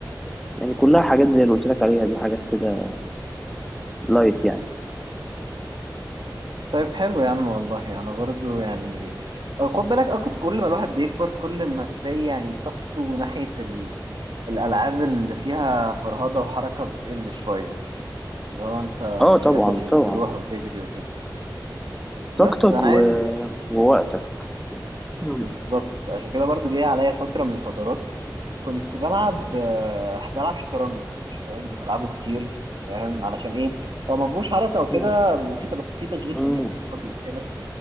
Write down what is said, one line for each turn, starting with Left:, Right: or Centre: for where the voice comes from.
Centre: يعني كلها حاجات زي اللي قلت لك عليها دي حاجات كده لايت يعني
Right: طيب حلو يا عم والله انا برضو يعني آه، خد بالك اكتر كل ما الواحد بيكبر كل ما تلاقي يعني طاقته ناحية ال... الالعاب اللي فيها فرهضة وحركة بتقل شوية اللي هو انت
Centre: اه
Right: مش
Centre: طبعا
Right: قادر
Centre: طبعا
Right: تروح وتجري وكده بس
Centre: طاقتك
Right: انا
Centre: و...
Right: عايز
Centre: ووقتك
Right: بالظبط
Centre: مم.
Right: عشان كده برضو جاي عليا فترة من الفترات كنت بلعب آه، بلعب شطرنج شطرنج بلعبه كتير فاهم علشان ايه هو ما فيهوش حركة وكده
Centre: مم.
Right: وفي بس في تشغيل
Centre: مم.
Right: دماغ يعني هو بيسحلك